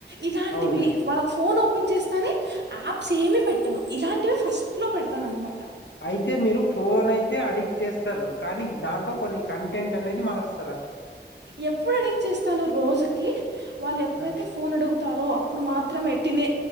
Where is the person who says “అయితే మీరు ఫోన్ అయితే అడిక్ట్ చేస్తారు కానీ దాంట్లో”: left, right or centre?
Left